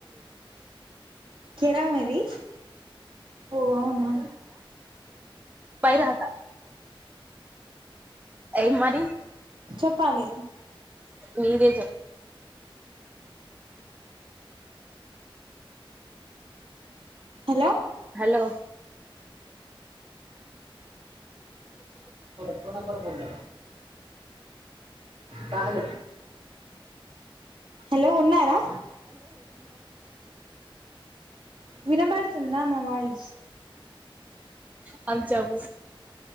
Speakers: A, on the right; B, on the right.
A: కేరా మరి ఓ అవునా
B: పై రాక ఎ మరి
A: చెప్పాలి
B: మీరే చెప్ప
A: హలో
B: హలో
A: ప్పున్నర పోంద పాల హలో ఉన్నారా వినబడుతుందా మా వాయిస్
B: అ చబ